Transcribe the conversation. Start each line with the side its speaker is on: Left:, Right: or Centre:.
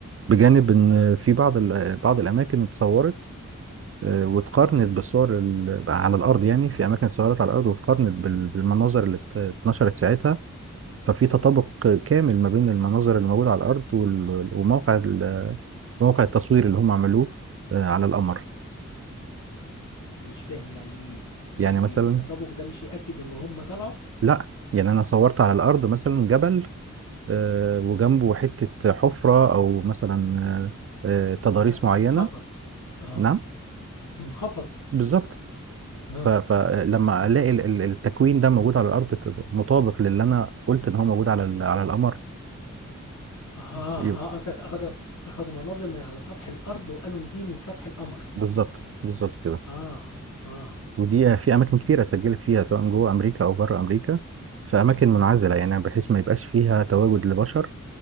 Right: بجانب ان
Left: مع اه
Right: في بعض ال... بعض الاماكن اتصورت
Left: آه.
Right: آه، واتقارنت بالصور ال- على الارض يعني في اماكن اتصورت على الارض واتقارنت بال- بالمناظر اللي ات- اتنشرت ساعتها ففي
Left: امم
Right: تطابق كامل ما بين المناظر اللي موجوده على الارض وال- وموقع ال- موقع التصوير اللي هم عملوه آه، على القمر
Left: مش فاهم يعني ايه يعني
Right: يعني مثلا
Left: إيه التطابق ده مش يأكد ان هم طلعوا
Right: لا يعني انا صورت على الارض مثلا جبل آه، وجنبه حته حفره او مثلا آه، آه، تضاريس
Left: م- آه،
Right: معينه
Left: منخفض اه
Right: نعم
Left: منخفض
Right: بالظبط
Left: اه
Right: ف- فلما الاقي ال- ال- التكوين ده موجود على الارض تبقى مطابق للي انا قلت ان هو موجود على ال- على القمر
Left: اه
Right: يبقى
Left: اه قصدك اخدوا اخدوا مناظر من على سطح الارض وقالوا ان دي من سطح القمر
Right: بالظبط بالظبط كده
Left: اه اه
Right: ودي في اماكن كتيره سجلت فيها سواء جوه امريكا او بره امريكا في اماكن
Left: امم
Right: منعزله يعني بحيث ما يبقاش فيها تواجد لبشر